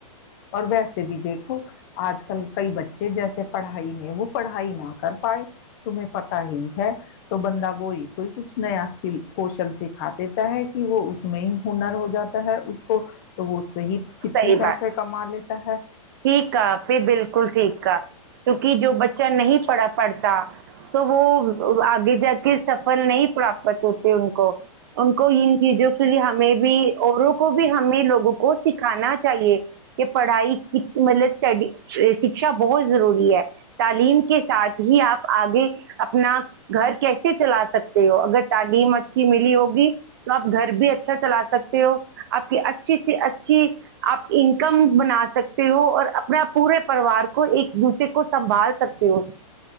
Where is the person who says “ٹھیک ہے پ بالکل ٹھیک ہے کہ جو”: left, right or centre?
Right